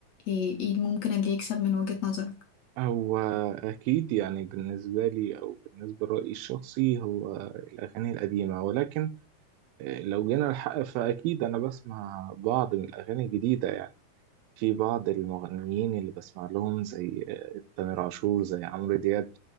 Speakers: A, on the left (about 75°); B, on the right (about 80°).
A: ايه ايه ممكن اللي يكسب من وجهة نظرك
B: هو أكيد يعني بالنسبة لي أو بالنسبة لرأيي الشخصي هو الأغاني القديمة ولكن لو جينا الحق فأكيد أنا بسمع بعض من الأغاني الجديدة يعني في بعض المغنيين اللي بسمع لهم زي تامر عاشور زي عمرو دياب